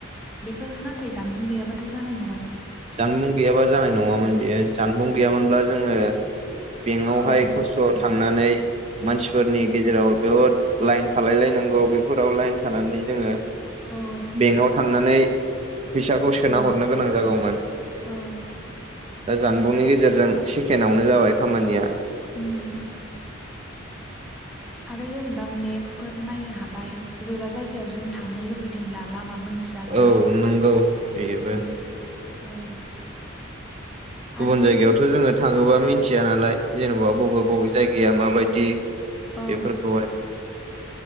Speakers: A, in the centre; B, on the right.
A: बेफोर नाथाय जानबुं गैयाब्लााथ' जानाय नं
B: जानबुं गैयाबा जानाय नङामोन
A: उम
B: बियो जानबुं गैयामोनब्ला जोङो बेंकआवहाय
A: औ
B: खस्थ' थांनानै मानसिफोरनि गेजेराव बहुद लाइन थालाय लायनांगौ बेफोराव लाइन थानानै जोङो
A: औ
B: बेंकआव थांनानै फैसाखौ सोना
A: उम
B: हरनो गोनां जागौमोन
A: औ
B: दा जानबुंनि नि गेजेरजों सेकेणावनो जाबाय खामानिया
A: उम आरो जेनेबा मेपफोर नायनो हाबाय बबेबा जायगायाव जों थांनो लुुबैदोंब्ला लामा मोन्थियाबा
B: औ नंगौ बेबो
A: उम औ आरो
B: गुबुन
A: फट'
B: जायगायावथ'
A: औ
B: जोङो थाङोबा मिन्थिया नालाय जेन'बा बबेबा बबे जायगाया माबायदि बेफोरखौहाय।
A: औ